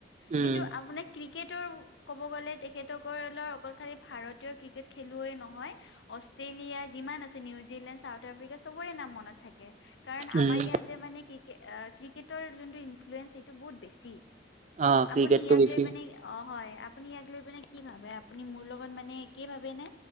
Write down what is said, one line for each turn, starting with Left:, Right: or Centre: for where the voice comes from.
Right: উম,
Left: কিন্তু আপোনি ক্ৰিকেটৰ ক'ব গ'লে, তেখেতসকলৰ চৰকাৰী ভাৰতীয় ক্ৰিকেট খেলুৱে নহয়, অষ্ট্ৰেলিয়া যিমান আছে নিউজিলণ্ড চাউথ আফ্ৰিকা চবৰে নাম মনত থাকে কাৰণ,
Right: উম,
Left: আমাৰ ইয়াতে মানে কি কি অ ক্ৰিকেটৰ যোনটো ইনফ্লুৱেঞ্চ সেইটো বহুত বেছি,
Right: অ' ক্ৰিকেটটো
Left: আপুনি ইয়াক
Right: বেছি
Left: লৈ মানে অ হয় আপুনি ইয়াক লৈ পিনে কি ভাবে, আপুনি মোৰ লগত মানে একেই ভাবে নে?